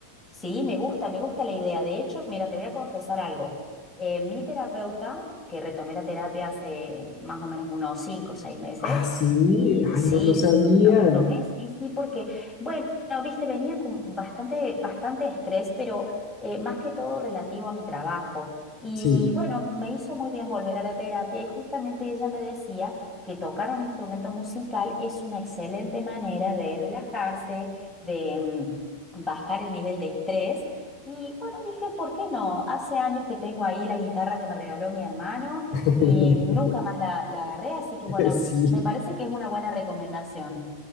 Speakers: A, in the centre; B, on the left.
A: Sí, me gusta, me gusta la idea. De hecho, mira, te voy a confesar algo. Eh, mi terapeuta, que retomé la terapia hace más o menos unos cinco o seis meses,
B: Ah, sí,
A: y
B: eh, ay,
A: sí,
B: no, no sabían.
A: sí, lo retomé, sí, sí, porque, bueno, viste, venía con bastante, bastante estrés, pero eh, más que todo relativo a mi trabajo. Y
B: Sí,
A: bueno, me hizo muy bien volver a la terapia y justamente ella me decía que tocar un instrumento musical es una excelente manera de relajarse, de... mm, bajar el nivel de estrés. Y bueno, dije, ¿por qué no? Hace años que tengo ahí la guitarra que me regaló mi hermano
B: <laughs>
A: y nunca más la, la agarré, así que bueno,
B: sí.
A: me parece que es una buena recomendación.